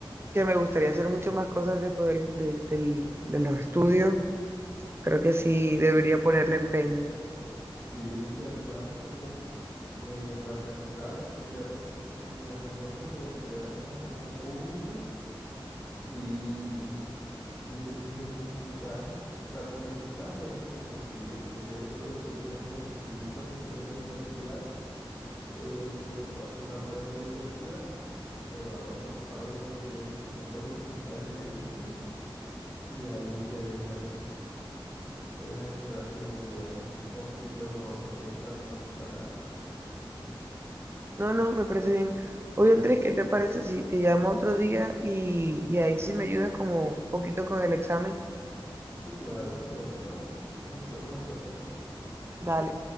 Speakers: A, on the right; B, on the left.
A: que me gustaría hacer mucho más cosas después del- de, del- de los estudios, creo que sí debería ponerle empeño.
B: Sí, y además, como eh, para entrar a estudiar en las mejores universidades, así como públicas, sí, sí te exigen un puntaje. O sea, con el puntaje es como te inscribes, porque yo recuerdo que yo me inscribí para estudiar en la universidad eh, y me tocó hacer una prueba en la universidad, pero ahora no. Ahora la universidad dice como cuál es tu puntaje de ISPES y ahí te dejan, te dejan entrar si es muy bueno. O si pues los otros que entran no son tan altos.
A: No, no, me parece bien. Oye, Andrés, ¿qué te parece si te llamo otro día y, y ahí sí me ayudas como un poquito con el examen?
B: Sí, claro, sin problema. Entonces nos vemos la próxima.
A: Dale.